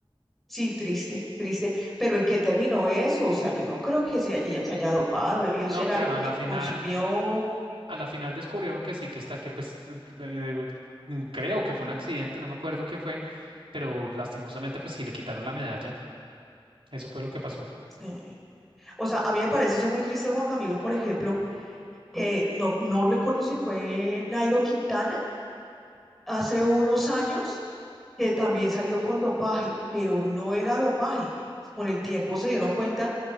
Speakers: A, in the centre; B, on the right (about 65°).
A: Sí, triste, triste. Pero ¿en qué terminó eso? O sea, yo no creo que se, ella se haya dopado, debió
B: No,
A: ser
B: claro,
A: algo que
B: a la final,
A: consumió.
B: a la final descubrieron que sí, que está, que pues eh, mm, creo que fue un accidente, no me acuerdo qué fue, pero lastimosamente pues sí le quitaron la medalla. Eso fue lo que pasó.
A: sí. O sea, a mí me parece eso muy triste, Juan Camilo, por ejemplo, que no, no recuerdo si fue Nairo Quintana hace unos años, que también salió con dopaje, pero no era dopaje. Con el tiempo se dieron cuenta